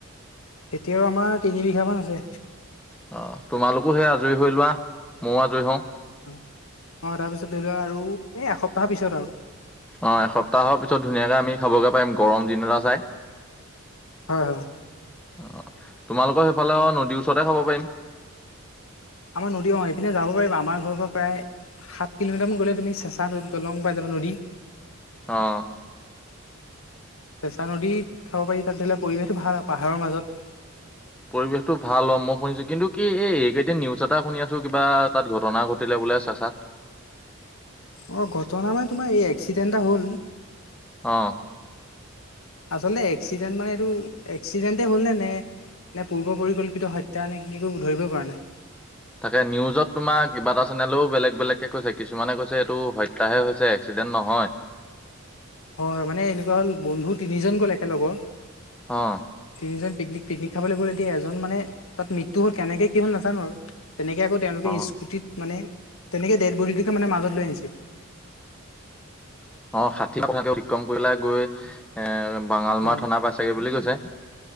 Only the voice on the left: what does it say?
এতিয়াও আমাৰ তিনি বিঘা মান আছে।
অঁ, অঁ তাৰপিছত ধৰি লোৱা আৰু এই এসপ্তাহৰ পিছত আৰু।
হয় হয় হয়।
আমাৰ নদী অঁ এইপিনে যাব পাৰিবা। আমাৰ ঘৰৰ পৰা প্ৰায় সাত কিলোমিটাৰ মান গ'লে তুমি চেঁচা নৈ দলং পাই যাবা নদী।
চেঁচা নদীত খাব পাৰি তাত ধৰি ল' পৰিৱেশটো ভাল পাহাৰৰ মাজত।
অ' ঘটনা মানে তোমাৰ এই এক্সিডেণ্ট এটা হ'ল।
আচলতে এক্সিডেণ্ট মানে এইটো এক্সিডেণ্টে হ'ল নে নে নে পূৰ্ব পৰিকল্পিত হত্যা নে কি কৰিব ধৰিবই পৰা নাই।
হয় হয় মানে এনেকুৱা হ'ল বন্ধু তিনিজন গ'ল একেলগৰ।
তিনিজন পিকনিক পিকনিক খাবলৈ গ'ল এতিয়া এজন মানে তাত মৃত্যু হল কেনেকে কি হ'ল নাজানো আৰু। তেনেকে আকৌ তেওঁলোকে
স্কুটিত মানে তেনেকে ডেড বডিটোকে মানে মাজত লৈ আনিছে।
অ